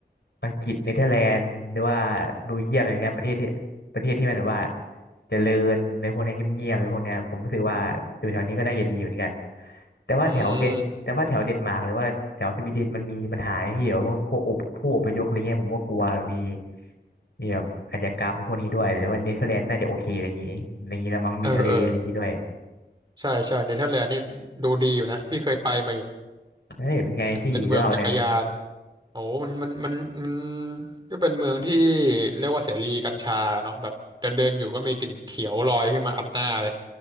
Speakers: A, on the left (about 70°); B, on the right (about 25°).
A: อังกฤษเนเธอร์แลนด์หรือว่าเบลเยียมอะไรเนี้ยประเทศที่ประเทศที่มันแบบว่าเจริญในพวกเนี้ยเงียบๆในพวกเนี้ยผมรู้สึกว่าอยู่แถวนี้ก็น่าจะดีเหมือนกัน แต่ว่าแถวเดนแต่ว่าแถวเดนมาร์กหรือว่าแถวสวีเดนมันมีปัญหาไอ้พี่แบบว่าพวกอพผู้อพยพอะไรเงี้ยผมก็กลัวมี
B: อืม
A: มีแบบอาชญากรรมพวกนี้ด้วยหรือว่าเนเธอร์แลนด์น่าจะโอเคอะไรอย่างงี้อะไรอย่างงี้ละมั้งมีทะเลอะไรอย่างงี้ด้วย
B: เออเออใช่ใช่เนเธอร์แลนด์นี่ดูดีอยู่นะพี่เคยไปมาอยู่
A: เฮ้ยเป็นไงพี่เล่าได้ไหม
B: มันเป็นเมืองจักรยาน โอ้มันมันมันมันก็เป็นเมืองที่เรียกว่าเสรีกัญชาเนาะแบบเดินเดินอยู่ก็มีกลิ่นเขียวลอยขึ้นมาอัดหน้าเลย